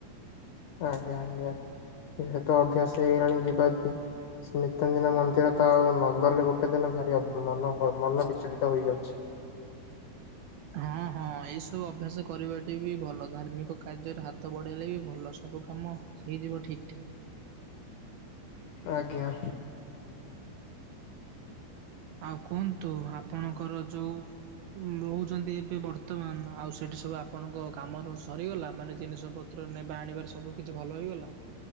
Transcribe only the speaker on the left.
ଆଜ୍ଞା ଆଜ୍ଞା ଯେହେତୁ ଅଭ୍ୟାସ ହେଇଗଲାଣି ଯିବାକୁଗ ନିତ୍ୟଦିନ ମନ୍ଦିର। ତ ଆଉ ନଗଲେ ଗୋଟେ ଦିନ ଭାରି ମନ ମନ ବିଚଳିତ ହେଇଯାଉଛି।
ଆଜ୍ଞା।